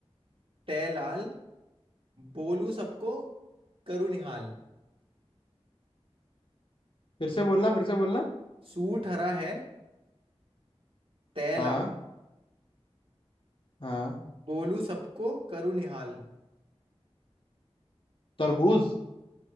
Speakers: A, on the right; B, on the left.
A: टै लाल बोलू सबको करू निहाल
B: फिर से बोलना फिर से बोलना
A: सूट हरा है तय
B: हाँ
A: लाल,
B: हाँ
A: बोलू सबको करूँ निहाल
B: तरबूज